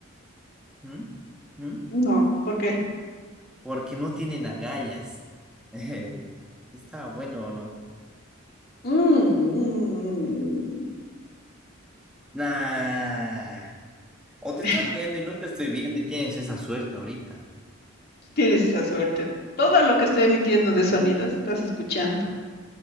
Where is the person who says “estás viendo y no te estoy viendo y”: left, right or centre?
Centre